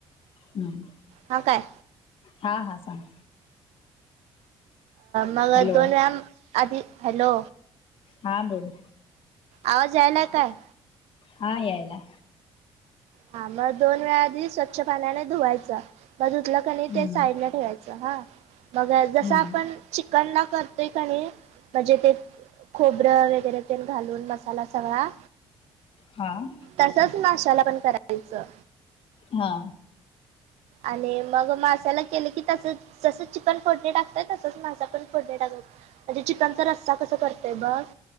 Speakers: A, on the left (about 55°); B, on the right (about 75°).
A: हम्म
B: हा काय
A: हा हा सांग
B: मग
A: हॅलो
B: दोन वेळा आधी हॅलो
A: हा बोलोल
B: आवाज यायलाय काय
A: हा येयला
B: हा मग दोन वेळा आधी स्वच्छ पाण्याने धुवायचं बाजूतलं कनी
A: हम्म
B: ते साईड ला ठेवायचं हा मग जसं
A: हम्म
B: आपण चिकन ला करतोय कणी म्हणजे ते खोबरं वगैरे तेल घालून मसाला सगळा
A: हां
B: तसच माशाला पण करायचं
A: हा
B: आणि मग मग असाला केलं की तसं जसं चिकपन फोडणी टाकतय तसच मासा पण फोडणे टाकत म्हणजे चिकनचा रस्सा कस करतय बघ